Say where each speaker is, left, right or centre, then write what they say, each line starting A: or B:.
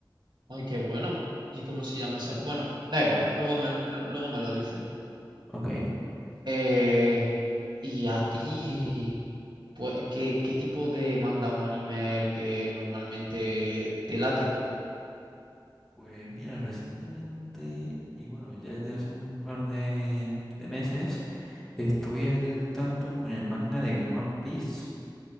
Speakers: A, on the right; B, in the centre.
A: Ay, qué bueno. ¿Y cómo se llama esa? Bueno, da igual, luego me, lo- luego me lo dices.
B: Ok.
A: Eh, ¿y a ti, pues, qué, qué tipo de manga o anime el que normalmente te late?
B: Pues mira, recientemente, y bueno, ya desde hace un par de, de meses, estoy al tanto con el manga de One Piece.